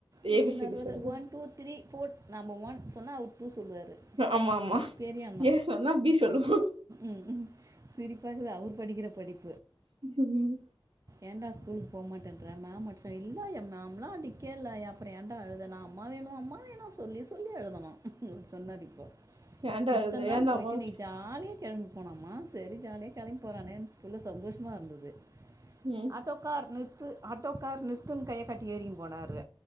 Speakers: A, on the right; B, on the right.
A: இவுரு
B: ஏ பி சி
A: நடுவர
B: டி சொல்லு
A: ஒன் டூ த்ரீ ஃபோர் நம்ப ஒன் சொன்னா அவர் டூ சொல்லுவார் ரு
B: ஆமா ஆமா
A: பெரியண்ணா
B: ஏ சொன்னா பி சொல்லுமா
A: ம் சிரிப்பாகிது அவுரு படிக்கிற படிப்
B: உம்
A: ஏன்டா ஸ்கூலு போமாட்டேன்ற மேம் அடிச்சா இல்ல ஏ மேம்லா அடிக்கேல அப்றோ ஏன்டா அழுத நா அம்மா வேணு அம்மா வேணு ஸ் சொல்லி சொல்லி அழுதானா சொன்னாரு இப்போ
B: ஏன்டா
A: இத்தன்நாள்
B: அழுத ஏன்டா
A: போயிட்டு
B: அம்மாவுக்கு
A: நீ ஜாலியா கெளம்பி போனாமா செரி ஜாலியா கெளம்பி போறானே புள்ள சந்தோஷமாருந்தது
B: ம்
A: ஆட்டோகார் நிற் ஆட்டோக்கார் நிறுத்துன் கைய காட்டி ஏறி போனாரு